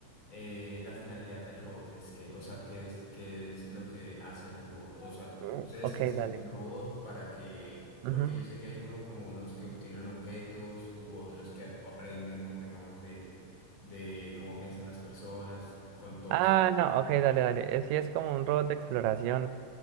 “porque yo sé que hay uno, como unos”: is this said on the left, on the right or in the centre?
Left